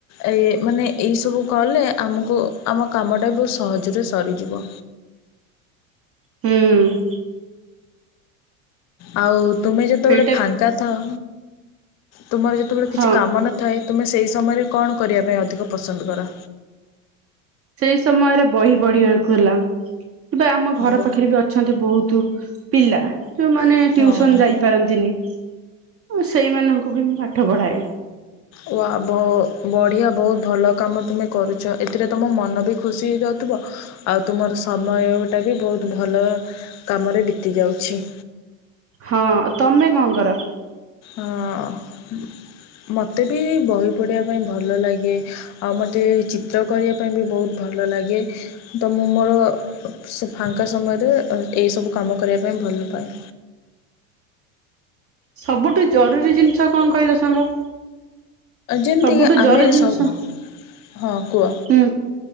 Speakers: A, on the left; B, on the right.
A: ଏ ମାନେ ଏଇସବୁ କଲେ ଆମକୁ ଆମ କାମଟା ବି ବହୁତ ସହଜରେ ସରିଯିବ।
B: ହୁଁ।
A: ଆଉ ତୁମେ ଯେତେବେଳେ
B: ସେଇଟା
A: ଫାଙ୍କା ଥାଅ ତୁମର ଯେତେବେଳେ କିଛି
B: ହଁ
A: କାମ ନ ଥାଏ ତୁମେ ସେହି ସମୟରେ କଣ କରିବା ପାଇଁ ଅଧିକ ପସନ୍ଦ କର।
B: ସେଇ ସମୟରେ ବହି ପଢିବାକୁ ହେଲା କିବା ଆମ ଘର
A: ବ
B: ପାଖରେ ବି ଅଛନ୍ତି ବହୁତୁ ପିଲା ଯୋଉମାନେ
A: ହଁ
B: ଟ୍ୟୁସନ ଯାଇପାରନ୍ତିନି। ଓ ସେଇମାନଙ୍କୁ ବି ମୁଁ ପାଠ ପଢାଏ।
A: ୱା ବ ବଢ଼ିଆ ବହୁତ ଭଲ କାମ ତୁମେ କରୁଛ ଏଥିରେ ତୁମ ମନ ବି ଖୁସି ହେଇଯାଉଥିବ। ଆଉ ତୁମର ସମୟ ଟା ବି ବହୁତ ଭଲ କାମରେ ବିତି ଯାଉଛି।
B: ହଁ ତମେ କଣ କର?
A: ଆଁ ମୋତେ ବି ବହି ପଢ଼ିବା ପାଇଁ ଭଲ ଲାଗେ। ଆଉ ମୋତେ ଚିତ୍ର କରିବା ପାଇଁ ବି ବହୁତ ଭଲ ଲାଗେ। ତ ମୁଁ ମୋର ସେ ଫାଙ୍କା ସମୟରେ ଅ ଏହିସବୁ କାମ କରିବା ପାଇଁ ଭଲ ପାଏ।
B: ସବୁଠୁ ଜରୁରୀ ଜିନିଷ କଣ କହିଲ ସାଙ୍ଗ।
A: ଯେମିତିକି
B: ସବୁଠୁ ଜରୁରୀ
A: ଆମେ
B: ଜିନିଷ
A: ସ ହଁ କୁହ
B: ହୁଁ।